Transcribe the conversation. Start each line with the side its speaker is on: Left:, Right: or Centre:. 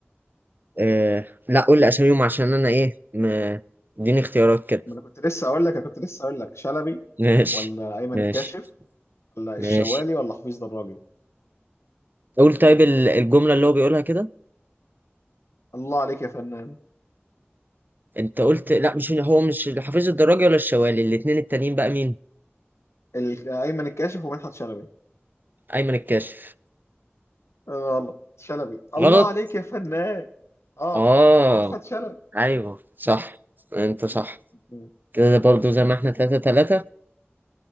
Right: آه لا قول لي اساميهم عشان انا ايه م- اديني اختيارات كده
Left: ما انا كنت لسه اقول لك انا كنت لسه اقول لك شلبي
Right: <laughs> ماشي
Left: ولا ايمن
Right: ماشي
Left: الكاشف ولا الشوالي
Right: ماشي
Left: ولا حفيظ دراجي
Right: قول طيب ال- الجملة اللي هو بيقولها كده
Left: الله عليك يا فنان
Right: انت قلت لا مش هو مش حفيظ الدراجي ولا الشوالي الاتنين التانيين بقى مين
Left: ال- ايمن الكاشف ومدحت شلبي
Right: ايمن الكاشف
Left: آه، غلط شلبي الله
Right: غلط
Left: عليك يا فنان اه
Right: اه
Left: اه مدحت شلبي
Right: ايوه صح
Left: م-
Right: انت صح
Left: م- م-
Right: كده برضو
Left: م.
Right: زي ما احنا تلاتة تلاتة